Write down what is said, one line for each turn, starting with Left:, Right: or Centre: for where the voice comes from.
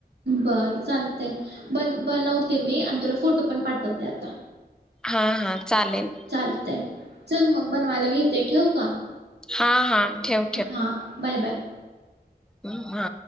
Right: बर चालते बन बनवते मी आणि तुला फोटो पण पाठवते आता
Centre: हा हा चालेल
Right: चालतय. चल मग बनवायला घेते. ठेवू का
Centre: हा हा ठेव
Right: हा बाय बाय
Centre: हम् हा